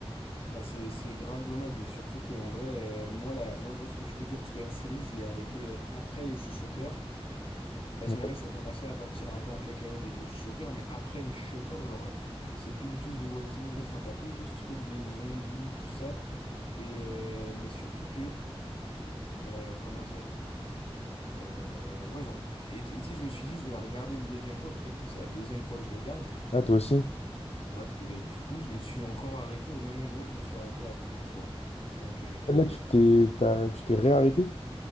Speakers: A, on the left; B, on the left.
A: Bah c'est c'est grave dommage, mais surtout que en vrai, euh, moi là, moi je vois ce que tu veux dire parce que la série, je l'ai arrêtée euh, après les chuchoteurs, parce
B: Ouais.
A: qu'en vrai, ça commençait à partir un peu en cacahuète avec les chuchoteurs, mais après les chuchoteurs, genre, euh, c'est plus du tout The Walking Dead, enfin t'as plus du tout ce truc de zombies, tout ça, et euh, mais surtout que, euh, comment dire, euh, ouais genre, et et tu sais, je me suis dit, je vais la regarder une deuxième fois parce que du coup, c'est la deuxième fois que je regarde,
B: Ah, toi aussi?
A: ouais, et ben du coup, je me suis encore arrêté au même endroit où je me suis arrêté la première fois, donc. euh,
B: Là, tu t'es, t'as- tu t'es réarrêté?